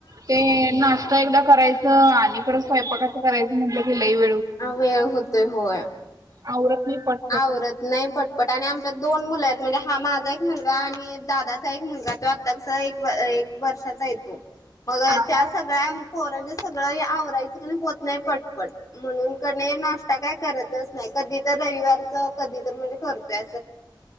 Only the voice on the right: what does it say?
ते नाशत एकदा करायचं आणि परत स्वयंपाकाचं करायचं म्हटलं की लई वेळ
औतनी पट
हा हा